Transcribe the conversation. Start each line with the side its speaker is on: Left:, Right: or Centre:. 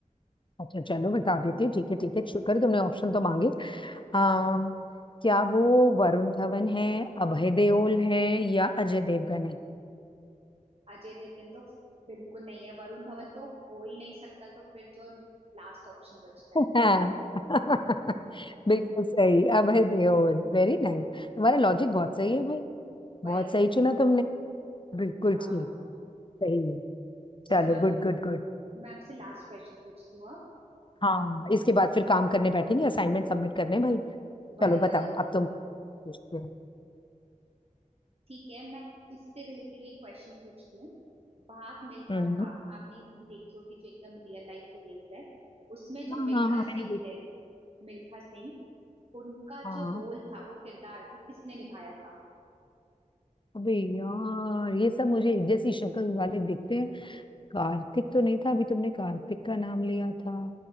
Left: अच्छा चलो बता देती हूँ ठीक है ठीक है शुक्र तुमने ऑप्शन तो मांगे आ, क्या वो वरुण धवन है अभय देओल है या अजय देवगन है
Right: अजय देवगन तो बिल्कुल नहीं है वरुण धवन तो हो ही नहीं सकता तो फिर जो लास्ट ऑप्शन बचता है
Left: हाँ <laughs> बिल्कुल सही अभय देओल वेरी नाइस तुम्हारा लॉजिक बहुत सही है भाई
Right: वही
Left: बहुत सही चुना तुमने बिल्कुल
Right: हाँ
Left: ठीक सही है
Right: चलो
Left: चलो गुड गुड गुड
Right: मैं आपसे लास्ट क्वेश्चन पूछती हूँ अब
Left: हाँ इसके बाद फिर काम करने बैठेंगे असाइनमेंट सबमिट करने भाई
Right: Y
Left: चलो बताओ
Right: Y
Left: अब तुम पूछते हो
Right: ठीक है मैं इससे रिलेटेड एक क्वेश्चन पूछती हूँ भाग मिल्खा
Left: हम्म
Right: भाग आपने ये मूवी देखी होगी जो एकदम रियल लाइफ पे बेस्ड है उसमें
Left: हाँ
Right: जो मिल्खा
Left: हाँ हाँ मैंने
Right: सिंह
Left: देखी
Right: है मिल्खा सिंह उनका
Left: हाँ
Right: जो रोल था वो किरदार वो किसने निभाया था
Left: अबे यार ये सब मुझे एक जैसी शक्ल वाले दिखते हैं कार्तिक तो नहीं था अभी तुमने कार्तिक का नाम लिया था